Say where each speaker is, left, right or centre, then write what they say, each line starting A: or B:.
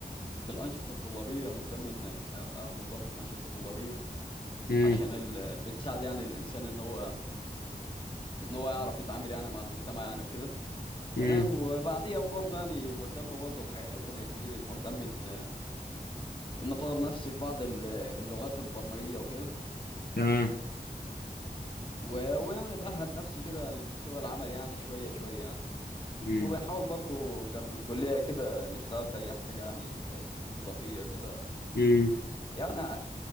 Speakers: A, on the left; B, on the left.
A: بالانشطه الطلابيه ومهتم ان ابقى منضم في انشطه طلابيه
B: مم.
A: عشان ال... بتساعد يعني الانسان ان هو ان هو يعرف يتعامل يعني مع المجتمع يعني وكده تمام
B: مم.
A: وبعديها برضه يعني مهتم برضه بحاجات تانية كتير مهتم ان ان اطور نفسي في بعض ال- اللغات البرمجية وكده
B: تمام
A: و... ويعني بأهل نفسي كده لسوق العمل يعني شوية شوية يعني
B: مم.
A: وبنحاول برضه جنب الكلية كده نشتغل في اي حاجة يعني إضافية كده
B: مم.
A: يعني